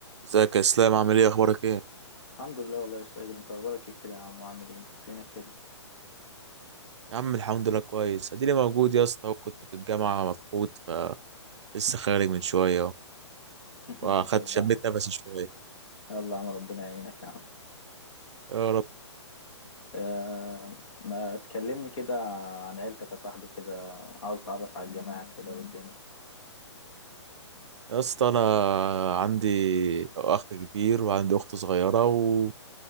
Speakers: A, on the right; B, on the left.
A: ازيك يا اسلام عامل ايه اخبارك ايه
B: الحمد لله والله يا ساجد انت اخبارك ايه كده يا عم وعامل ايه فينك كده
A: يا عم الحمد لله كويس اديني موجود يا اسطى وكنت في الجامعه مفقود فلسه خارج من شويه اهو
B: <laughs>
A: واخدت
B: يلا
A: شميت
B: يا عم
A: نفسي شويه
B: يلا يا عم ربنا يعينك يا عم
A: يا رب
B: آه ما تكلمني كده عن عيلتك يا صاحبي كده عاوز اتعرف على الجماعة كده والدنيا
A: يا اسطى انا عندي اخ كبير وعندي اخت صغيره و...